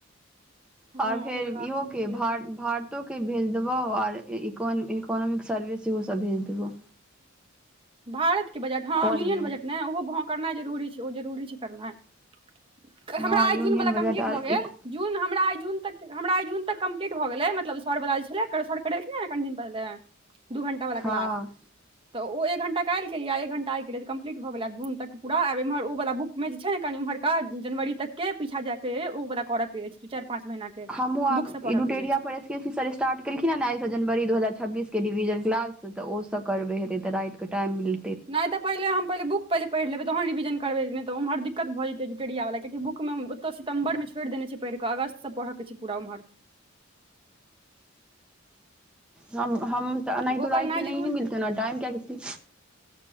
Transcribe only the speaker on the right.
हँ
ओ वला
भेज
दिहे
भारतके बजट हँ
यूनियन
बजट नहि ओहो करनाइ जरूरी छै ओ जरूरी छै करनाइ
हमरा आइ
जून वला
कम्प्लीट
भऽ गेल
जून हमरा जून तक हमरा जून तक कम्प्लीट भऽ गेलै मतलब सर बला जे छलै सर करेलखिन कनि दिन पहिले दू घंटा वाला
क्लास तऽ ओ एक घण्टा काल्हि केलिए एक घंटा आइ केलिए त कम्पलीट भऽ गेलै जून क पूरा आब एम्हर ओ व बुकमे छै ने कनि ओम्हरा जनवरी तक के पीछा जाय के ओ प करऽ के अछि चारि पाँच महिना के
बुक से पढ़ऽ
के अछि
नहि तऽ पहिने हम पहले बुक पहिले पढ़ लेबे तहन रिविजन करबे न त उमहर दिक्कत भ जेतैे इडुटोरिया वला क कियाकि बुक में तऽ सितम्बर छोरदेने छै पढ़ कऽ अगस्त पढ़ऽ के छै पूरा ओमहर
ओ
करनाइ जरूर